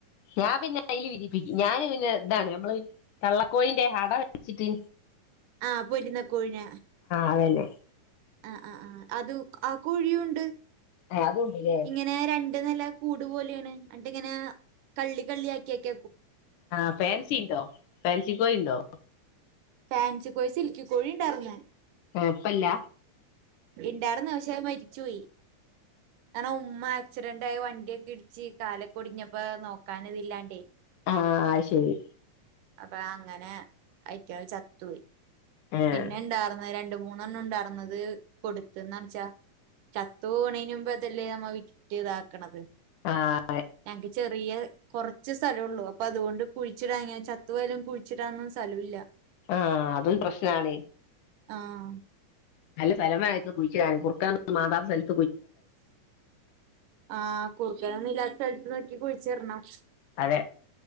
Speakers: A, on the left; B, on the right.
A: ഞാൻ പിന്നെ ആയി വിരിപ്പിക്കും ഞാൻ പിന്നെ ഇതാണ് നമ്മൾ തള്ള കോയിന്റെ അട വെപ്പിച്ചിട്ട്
B: ആഹ് പൊരുന്നക്കുഴ്ന
A: അതന്നെ
B: അ അ ആ അത് ആ കോഴിയും ഉണ്ട്
A: ഏഹ് അതുണ്ട്ല്ലേ
B: ഇങ്ങനെ രണ്ട് നി ആ കൂടു പോലെയാണ് അണ്ട് ഇങ്ങന കള്ളി കള്ളിയാക്കിവെക്ക
A: ആഹ് പെയാൻസി ഇണ്ടോ പെയാൻ ചിക്കോഴി ഒണ്ടോ
B: അൻസി കോസ് സിൽക്കി കോഴി ഉണ്ടായിരുന്ന്
A: ഏഹ് ഇപ്പല്ല
B: ഇണ്ടായിരിന്ന് പശ് മരിച്ചു പോയി ആണോ ഉമ്മ ആക്സിഡന്റായി വണ്ടിയൊക്കെ ഇടിച്ച് കാലൊക്കെ ഒടിഞ്ഞപ്പോ നോക്കാൻ ഇത് ഇല്ലാണ്ടേ
A: ആഹ് ആ ശരി
B: അപ്പൊ അങ്ങനെ അയിക്ക ചത്തുപോയി
A: ഏഹ്
B: പിന്നെ ഇണ്ടായിർന്ന രണ്ട് മൂന്നെണ്ണം ഉണ്ടാർന്നത് കൊടുത്ത്ന്ന്ച്ചാ ചത്തുപോണേനുമ്പ് അതല്ലേ നമ്മ വിറ്റ് ഇതാക്കണത്
A: ആഹ്
B: ഞങ്ങക്ക് ചെറിയ കൊറച്ച് സ്ഥലുള്ളൂ അപ്പൊ അതുകൊണ്ട് കുഴിച്ചിടാങ്ങ ചത്തുപോയാലും കുഴിച്ചിടാനൊന്നും സ്ഥലം ഇല്ല
A: ആഹ് അതും പ്രശ്നാണ്
B: ആഹ്
A: നല്ല സ്ഥലം വേണം കുഴിച്ചിടാൻ കുറുക്കാൻ മാന്തത്ത സ്ഥ
B: ആഹ് കു ഈറൻ ഇല്ലാത്ത സ്ഥലത്ത് നോക്കി കുഴിച്ചിടണം
A: അതെ